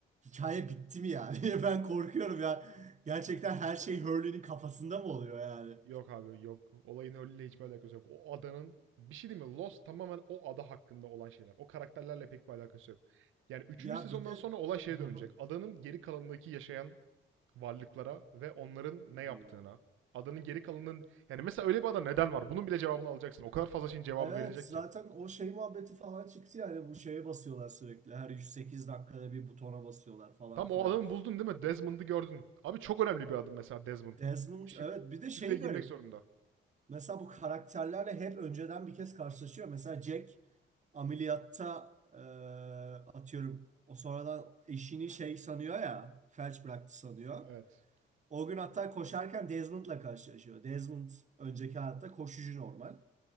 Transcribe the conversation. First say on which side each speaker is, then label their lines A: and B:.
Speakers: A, on the right (about 35°); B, on the right (about 85°).
A: hikaye bitti mi yani? <laughs> Ben korkuyorum ya. Gerçekten her şey Hurley'nin kafasında mı oluyor yani?
B: Yok abi yok. Olayın öyle hiçbir alakası yok. O adanın bir şey değil mi? Lost tamamen o ada hakkında olan şeyler. O karakterlerle pek bir alakası yok. Yani üçüncü
A: Ya
B: sezondan
A: bir de
B: sonra olay şeye
A: Hı
B: dönecek.
A: hı.
B: Adanın geri kalanındaki yaşayan varlıklara ve onların ne
A: Hmm.
B: yaptığına. Adanın geri kalanının yani mesela öyle bir ada neden var? Bunun bile cevabını alacaksın. O kadar fazla şeyin cevabı
A: Evet
B: verilecek
A: zaten
B: ki.
A: o şey muhabbeti falan çıktı yani bu şeye basıyorlar sürekli. Her 108 dakikada bir butona basıyorlar falan
B: Tam
A: filan.
B: o adamı buldun değil mi? Desmond'ı gördün. Abi çok önemli bir adım mesela Desmond.
A: Desmond
B: Bu şif-
A: evet bir de
B: şifreye
A: şey garip.
B: girmek zorunda.
A: Mesela bu karakterlerle hep önceden bir kez karşılaşıyor. Mesela Jack ameliyatta e, atıyorum o sonradan eşini şey sanıyor ya felç bıraktı sanıyor.
B: Evet.
A: O gün hatta koşarken Desmond'la karşılaşıyor. Desmond önceki hayatta koşucu normal.